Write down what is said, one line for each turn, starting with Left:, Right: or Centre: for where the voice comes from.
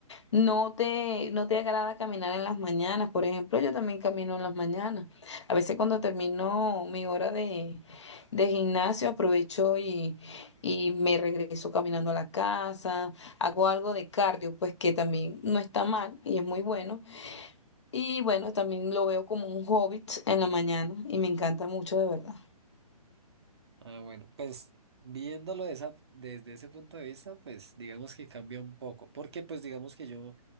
Left: ¿no te, no te agrada caminar en las mañanas? Por ejemplo, yo también camino en las mañanas. A veces cuando termino mi hora de, de gimnasio, aprovecho y, y me regreso caminando a la casa, hago algo de cardio, pues que también no está mal y es muy bueno. Y bueno, también lo veo como un hobby en la mañana y me encanta mucho de verdad.
Right: Ah, bueno, pues viéndolo de esa- desde ese punto de vista, pues digamos que cambia un poco, porque pues digamos que yo